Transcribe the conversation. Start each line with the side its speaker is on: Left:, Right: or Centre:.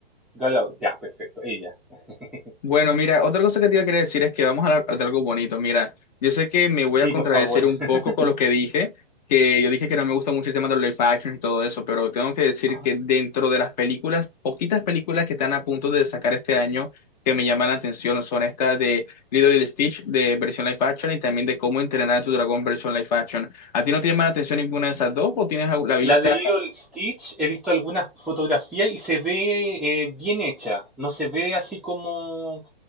Centre: Galeado, ya, perfecto, ella. <laughs>
Left: Bueno, mira, otra cosa que te iba a querer decir es que vamos a hablar de algo bonito. Mira, yo sé que me voy
Centre: sí,
Left: a contradecir
Centre: por favor.
Left: un
Centre: <laughs>
Left: poco con lo que dije, que yo dije que no me gusta mucho el tema de los live action y todo eso, pero tengo que decir
Centre: Ajá.
Left: que dentro de las películas, poquitas películas que están a punto de sacar este año que me llaman la atención son estas de Lilo y Stitch de versión live action y también de Cómo entrenar a tu dragón versión live action. ¿A ti no te llama la atención ninguna de esas dos o tienes la vista?
Centre: La de Lilo y Stitch, he visto algunas fotografías y se ve eh, bien hecha. No se ve así como,